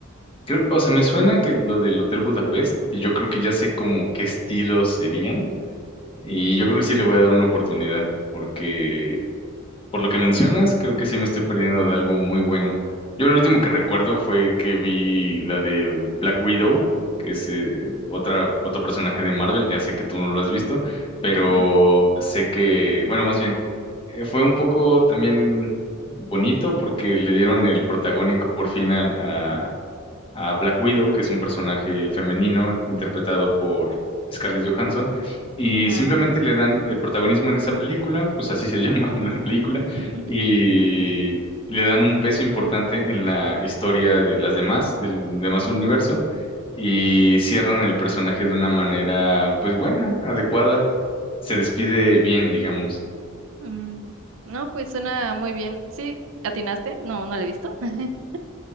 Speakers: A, on the left; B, on the right.
A: creo, o sea, me suena que lo del Hotel Budapest, y yo creo que ya sé como qué estilos serían, y yo creo que sí le voy a dar una oportunidad, porque Por lo que mencionas, creo que sí me estoy perdiendo de algo muy bueno. Yo lo último que recuerdo fue que vi la de Black Widow, que es eh, otra, otro personaje de Marvel. Ya sé que tú no lo has visto, pero
B: <laughs>
A: sé que, bueno, más bien, eh, fue un poco también bonito porque le dieron el protagónico por fin al- a, a Black Widow, que es un personaje femenino interpretado por Scarlett Johansson, y
B: Ah,
A: simplemente
B: ok.
A: le dan el protagonismo en esa película, pues así se llama <laughs> la película,
B: <laughs>
A: y, y le dan un peso importante en la historia de las demás, del demás universo, y cierran el personaje de una manera, pues buena, adecuada, se despide bien, digamos,
B: Mm, no, pues suena muy bien. Sí, ¿atinaste? No, no lo he visto. <laughs>